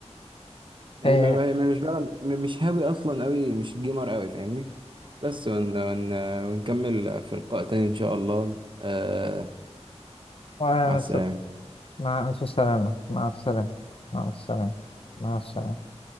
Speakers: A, on the right (about 45°); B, on the left (about 55°).
A: يعني
B: آه،
A: ما ما- ما- مش بلعب م- مش هاوي اصلا قوي مش جيمر قوي فاهمني بس ون ون ونكمل في لقاء تاني ان شاء الله آه
B: وأنا
A: مع السلامة
B: لسه مع ألف سلامة مع السلامة مع السلامة مع السلامة